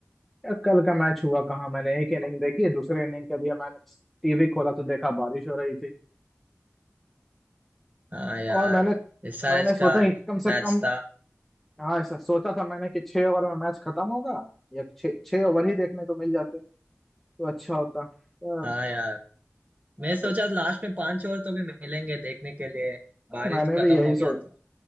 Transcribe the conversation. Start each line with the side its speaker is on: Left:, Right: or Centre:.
Centre: यार कल का मैच हुआ कहाँ मैंने एक इनिंग देखी दूसरे इनिंग के लिए मैंने टीवी खोला तो देखा बारिश हो रही थी
Right: हाँ यार
Centre: और मैंने
Right: इस आज
Centre: मैंने सोचा
Right: का
Centre: कि कम से
Right: मैच
Centre: कम
Right: था
Centre: हाँ ऐसा सोचा था मैंने कि छह ओवर में मैच खत्म होगा या छह छह ओवर ही देखने को मिल जाते तो अच्छा होता पर
Right: हाँ यार मैं सोचा
Centre: ज-
Right: लास्ट में पांच और तो भी मिलेंगे देखने के लिए
Centre: हाँ,
Right: बारिश
Centre: मैंने
Right: खत्म
Centre: भी यही
Right: हो
Centre: सोच
Right: गया तो